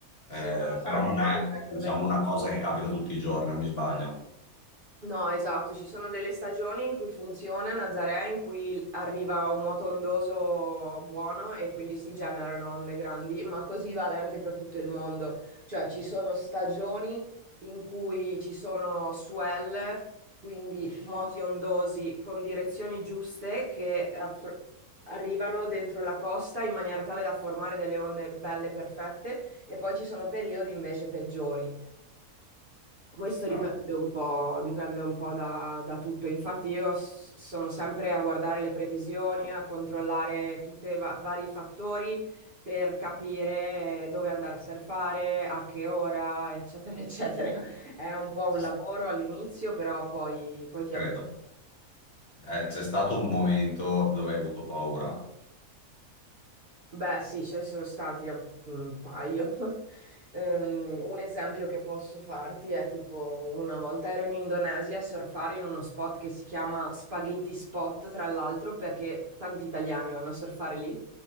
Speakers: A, on the right; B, on the left.
A: sì,
B: eh,
A: fanno sempre
B: però non
A: nuovi
B: è,
A: record.
B: diciamo, una cosa che capita tutti i giorni, non mi sbaglio.
A: No, esatto, ci sono delle stagioni in cui funziona Nazaré, in cui arriva un moto ondoso buono e quindi si generano onde grandi, ma così vale anche per tutto il mondo. Cioè ci sono stagioni in cui ci sono swell, quindi moti ondosi con direzioni giuste che affr- arrivano dentro la costa in maniera tale da formare delle onde belle perfette e poi ci sono periodi invece peggiori. Questo dipende
B: Ah,
A: un po', dipende un po' da, da tutto. Infatti io s- sono sempre a guardare le previsioni, a controllare tutti i vari fattori per capire dove andare a surfare, a che ora, eccetera, <laughs> eccetera. È un po' un
B: ci-
A: lavoro all'inizio, però poi, poi ti
B: credo.
A: abitui.
B: Eh, c'è stato un momento dove hai avuto paura.
A: Beh, sì, ce ne sono stati a- un paio. <laughs> Ehm, un esempio che posso farti è tipo una volta ero in Indonesia a surfare in uno spot che si chiama Spaghetti Spot, tra l'altro, perché tanti italiani vanno a surfare lì.